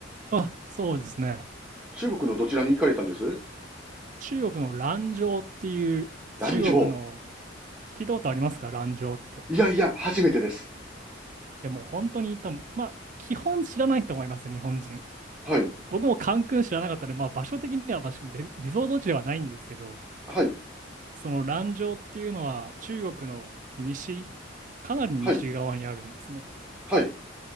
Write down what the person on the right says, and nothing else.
あ、そうですね。
中国の蘭州っていう、
中国の、聞いたことありますか蘭州って。
い
や、もう本当に多分、まあ、基本知らないと思います、日本人。
僕もカンクン知らなかったので、まあ、場所的には、まあしかもリ、リゾート地ではないんですけど、
その蘭州っていうのは中国の西、かなり西側にあるんですね。